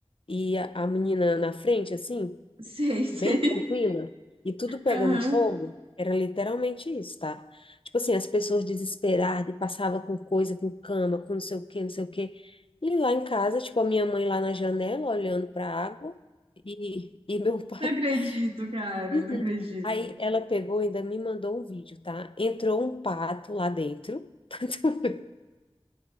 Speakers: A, on the left (about 60°); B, on the right (about 65°).
A: e a, a menina na frente, assim?
B: Sei, sei.
A: bem tranquila e tudo pegando
B: Aham.
A: fogo, era literalmente isso, tá? Tipo assim, as pessoas desesperadas e passava com coisa, com cama, com não sei o quê, não sei o quê. E lá em casa, tipo, a minha mãe lá na janela olhando para a água e, e meu pai.
B: Não acredito,
A: <laughs>
B: cara,
A: Uhum.
B: não acredito.
A: Aí ela pegou e ainda me mandou um vídeo, tá? Entrou um pato lá dentro. <laughs>